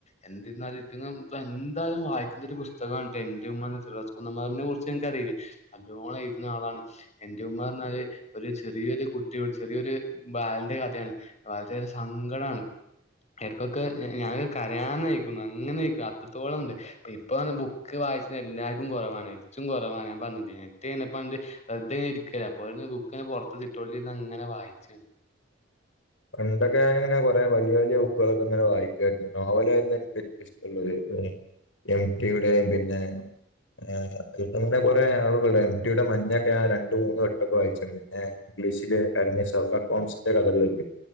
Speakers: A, on the left (about 35°); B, on the left (about 70°).
A: എന്തിരുന്നാലും പ്പ ഞ്ഞി എന്തായാലും വായിക്കണ്ട ഒരു പുസ്തകാണ് എന്റെ ഉമ്മ ഫിറോസ് കുന്നംപറമ്പിൽ നെ കുറിച്ച് ഇങ്ങക്കറിയില്ലേ ന്നല്ലോണം എഴുതുന്ന ആളാണ് എന്റെ ഉമ്മ പറഞ്ഞാല് ഒരു ചെറിയൊരു കുട്ടിയുടെ ചെറിയൊരു ബാലന്റെ കഥയാണ് ബാലന്റെ കഥ സങ്കടാണ് ഇന്ക്കൊക്കെ ഞാന് കരാനയ്ക്കണു അങ്ങനെ അയ്കുണു അത്രത്തോളണ്ട് ഇപ്പ അങ്ങനെ ബുക്ക് വായിക്ക്ണ് എല്ലാർക്കും കുറവാണ് ഇച്ചും കുറവാണ് ഞാൻ പറഞ്ഞിട്ട്ല്ലെ പിന്നെ പണ്ട് വെറുതെ ഇനെ ഇരിക്കല്ലെ അപ്പോപിന്നെ ബുക്കിങ്ങനെ പോർതോട്ന്ന് സിറ്റ്ഔട്ടിൽ ഇരുന്ന്ങ്ങനെ വായിച്ചാണ്
B: പണ്ടൊക്കെ ഞാനിങ്ങനെ വലിയ വലിയ ബുക്കുകളൊക്കെ ഇങ്ങനെ വായിക്കുവായിരുന്നു നോവലായിയിരുന്നു എനിക്ക് പറ്റ എംടി യുടെയും പിന്നെ ആഹ് ഇങ്ങന്നെ കൊറെ ആളുകള്ണ്ട് എം ടി യുടെ മഞ്ഞൊക്കെ ഞാൻ രണ്ട് മൂന്ന് വെട്ടൊക്കെ വായിച്ച്ണ്ട് പിന്നെ ഇംഗ്ലീഷില് അടങ്ങിയ ഷെർലകോംസിൻ്റെ കഥകളുല്ലേ